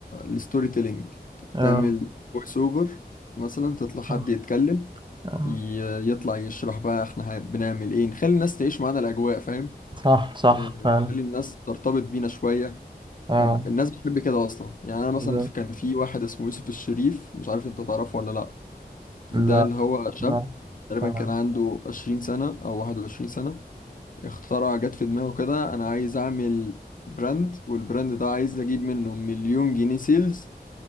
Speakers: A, on the left (about 55°); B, on the right (about 30°).
A: الستوري تيلينج
B: اه
A: تعمل فويس اوفر مثلا تطلع حد
B: صح
A: يتكلم
B: آه.
A: ي- يطلع يشرح بقى احنا هن- بنعمل ايه نخلي الناس تعيش معانا الاجواء فاهم
B: صح صح
A: إيه،
B: فعلا
A: نخلي الناس ترتبط بينا شوية
B: اه
A: يعني الناس بتحب كده اصلا يعني انا
B: بالظبط.
A: مثلا في- كان في واحد اسمه يوسف الشريف مش عارف انت تعرفه ولا لا ده
B: لا
A: اللي هو شاب
B: آه.
A: تقريبا
B: تمام.
A: كان عنده 20 سنة او 21 سنة اخترع جت في دماغه كده انا عايز اعمل براند والبراند ده عايز اجيب منه مليون جنيه سيلز